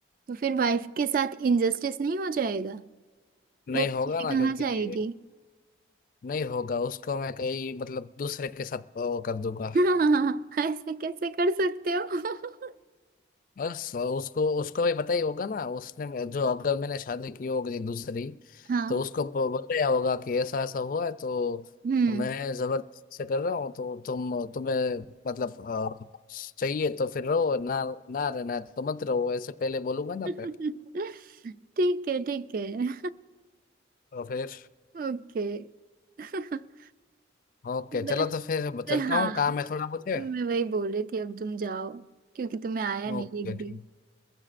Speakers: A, on the right; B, on the left.
A: तो फिर वाइफ के साथ इंजस्टिस नहीं हो जाएगा
B: नहीं
A: वो बेचारी
B: होगा ना क्योंकि
A: कहाँ जाएगी
B: नहीं होगा उसको मैं कहीं मतलब दूसरे के साथ वो कर दूंगा
A: <laughs> ऐसे कैसे कर सकते हो <laughs>
B: बस उसको उसको भी पता ही होगा ना उसने जो अगर मैंने शादी की होगी दूसरी
A: हाँ
B: तो उसको प- बताया होगा कि ऐसा ऐसा हुआ है तो
A: हम्म
B: मैं जबरदस्ती से कर रहा हूँ तो तुम तुम्हें मतलब अ, चाहिए तो फिर रहो ना ना रहना है तो मत रहो ऐसे पहले बोलूंगा ना
A: <laughs>
B: पे
A: ठीक है ठीक है
B: तो फिर
A: <laughs> ओके <laughs>
B: ओके चलो
A: बस
B: तो फिर चलता
A: हाँ
B: हूँ काम है थोड़ा मुझे
A: तो मैं वही बोल रही थी अब तुम जाओ क्योंकि तुम्हें आया नहीं
B: ओके
A: एक भी
B: ठीक